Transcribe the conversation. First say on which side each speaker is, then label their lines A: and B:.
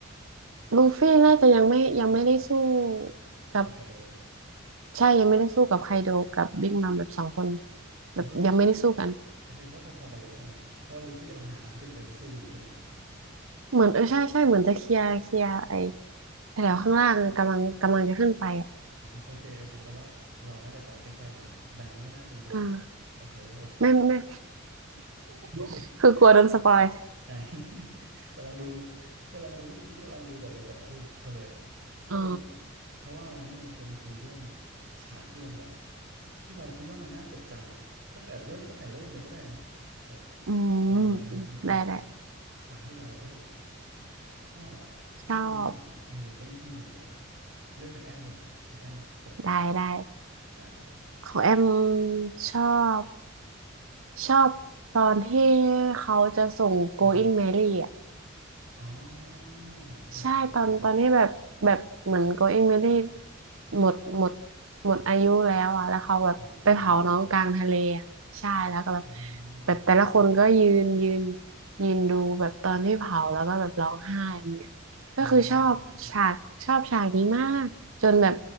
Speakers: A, on the right (about 85°); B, on the right (about 60°).
A: ลูฟี่น่าจะยังไม่ยังไม่ได้สู้กับ
B: จะใครโด
A: ใช่ยังไม่ได้สู้กับไคโดกับบิ๊กมัมแบบสองคน
B: เอาไว้ว่า
A: แบบยังไม่ได้สู้กัน
B: โอเคเพราะพอๆกันเลยถ้างั้นเพราะว่าลูฟี่กำลังหาทางขึ้นไปสู้อยู่ใช่ไหม
A: เหมือนเออใช่ใช่เหมือนจะเคลียร์เคลียร์ไอ้แถวข้างล่างกำลังกำลังจะขึ้นไปอ่ะ
B: อ่าโอเคโอเคแปลว่าเราน่าจะตอนใกล้ๆกันดังนั้นไม่น่าจะมีสปอยโอเคโอเค
A: อ่าไม่ไม่
B: <laughs>
A: <laughs> คือกลัวโดนสปอย
B: ใช่ <laughs> กำลังดูกำลังดูเมื่อกี้กำลังดูก่อนเลยก่อนเราพูดโอเคก็เลย
A: อ๋อ
B: เพราะว่าวันนี้จะมาชวนคุยเรื่องฉากที่มันแบบที่เราคิดว่ามันน่าจดจำอะตั้งแต่เริ่มตั้งแต่เริ่มเลยก็ได้นะแบบ
A: อืม
B: ลองลองนึกนึกมาว่า
A: ได้ได้
B: ฉากที่เรารู้สึกชอบอะชอบจริงๆอะเออเด้งขึ้นมาเลยอะ
A: ชอบ
B: เริ่มจากแอมดีกว่าให้แอมเปิดก่อนเลย
A: ได้ได้
B: อ่ามามา
A: ของแอมชอบชอบตอนที่เขาจะส่ง
B: อือฮึ
A: Going Merry อ่ะ
B: อ๋อโอเคโอเค
A: ใช่ตอนตอนนี้แบบแบบเหมือนโกอิงเมได้หมดหมดหมดอายุแล้วอ่ะแล้วเขาแบบไปเผาน้องกลางทะเลอ่ะใช่แล้วก็แบบ
B: อ่าอ่าโอเคโอเค
A: แบบแต่ละคนก็ยืนยืนยืนดูแบบตอนที่เผาแล้วก็แบบร้องไห้เนี่ยก็คือชอบฉากชอบฉากนี้มากจนแบบ
B: อ่า